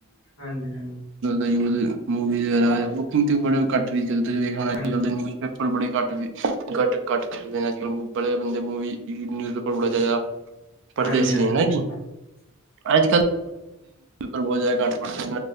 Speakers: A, on the left; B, on the right.
A: ਹਾਂਜੀ, ਹਾਂਜੀ,
B: ਅੂ ਮਵੀਕਿੰਗ ਤੇ ਬੜ ਘੱ ੇਖ ਅੱਜ ਕ ਦੇ
A: ਹਾਂਜੀ,
B: ਨਿਊਜ਼ਪੇਪਰੜੇੱਟ ਘੱਟ ਘੱਟ ਛਡਦੇ ਅੱ ਕੱਲ ਪਹਿਲੇ ਬੰ ਮ ਨਿਊਜ਼ ਪੇਪਰ ਬੜਾ ਚਾਹੀਦਾ ਪੜਦੇ
A: ਹਾਂਜੀ,
B: ਸੀ
A: ਹਾਂਜੀ
B: ਹੀ ਹੈ ਨਾ ਜੀ ਅੱਜ ਕੱਲ ਪਰ ਬਹੁਤ ਜ਼ ਘੱਟ ਕੋਈ